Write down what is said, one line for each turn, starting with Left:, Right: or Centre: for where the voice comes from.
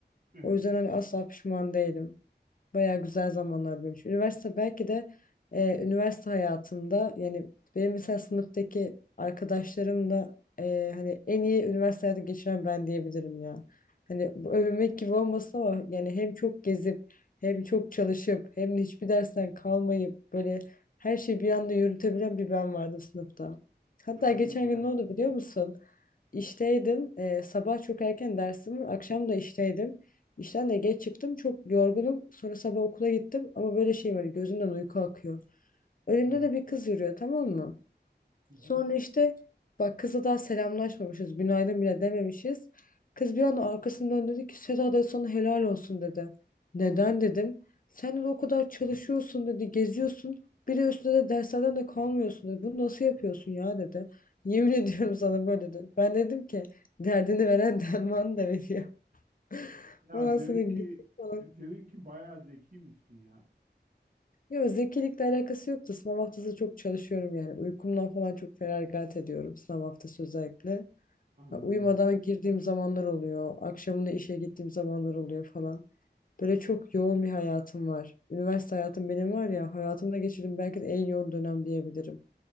Right: Evet.
Left: O yüzden hani asla pişman değilim. Bayağı güzel zamanlar benim için. Üniversite belki de e, üniversite hayatımda yani benim mesela sınıftaki arkadaşlarım da e, hani en iyi üniversite hayatı geçiren ben diyebilirim ya. Hani bu övünmek gibi olmasa ama yani hem çok gezip hem çok çalışıp hem de hiçbir dersten kalmayıp böyle her şeyi bir anda yürütebilen bir ben vardı sınıfta. Hatta
Right: Ha,
Left: geçen
Right: ne güzel.
Left: gün ne oldu biliyor musun? İşteydim. e, sabah çok erken dersim, var, akşam da işteydim. İşten de geç çıktım. Çok yorgunum. Sonra sabah okula gittim. Ama böyle şeyim hani gözümden uyku akıyor. Önümde
Right: Evet.
Left: de bir kız yürüyor tamam mı?
Right: Hı hı.
Left: Sonra işte bak kızla daha selamlaşmamışız. Günaydın bile dememişiz. Kız bir anda arkasını döndü dedi ki Seda da sana helal olsun dedi. Neden dedim. Sen de o kadar çalışıyorsun dedi. Geziyorsun. Bir de üstüne de derslerden de kalmıyorsun dedi. Bunu nasıl yapıyorsun ya dedi. Yemin ediyorum sana böyle dedi. Ben dedim ki derdini veren derman da veriyor. <laughs>
Right: Ya
Left: Ondan
Right: demek
Left: sonra gittik
Right: ki
Left: <laughs> falan.
Right: e, demek ki bayağı zekiymişsin ya.
Left: Yok zekilikle alakası yoktu. Sınav haftası çok çalışıyorum yani. Uykumdan falan çok feragat ediyorum sınav haftası özellikle.
Right: Anladım.
Left: Ha, Uyumadan girdiğim zamanlar oluyor. Akşamında işe gittiğim zamanlar oluyor falan. Böyle çok yoğun bir hayatım var. Üniversite hayatım benim var ya hayatımda geçirdiğim belki de en yoğun dönem diyebilirim.